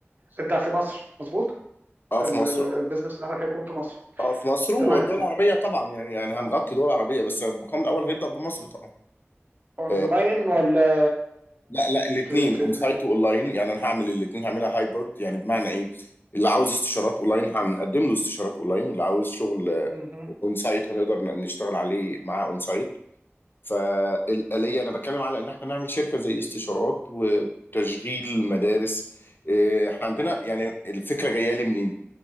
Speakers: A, on the right; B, on the left.
A: انت في مصر مظبوط
B: اه
A: ال-
B: في مصر اه
A: البيزنس بتاعتك هيكون في مصر
B: اه في مصر والدول
A: تمام
B: العربية طبعا يعني يعني هنغطي دول عربية بس المقام الأول هيبدأ بمصر طبعا
A: اونلاين
B: آه
A: ولا
B: لا لا الاثنين
A: في في
B: اون
A: م-
B: سايت واونلاين يعني أنا هعمل الاثنين هعملها هايبرد يعني بمعنى إيه اللي عاوز استشارات اونلاين هنقدم له استشارات اونلاين اللي عاوز شغل
A: مهم.
B: اون سايت هنقدر ن- نشتغل عليه معاه اون سايت فالآلية أنا بتكلم على إن احنا نعمل شركة زي استشارات وتشغيل مدارس آه، احنا عندنا يعني الفكرة جاية لي منين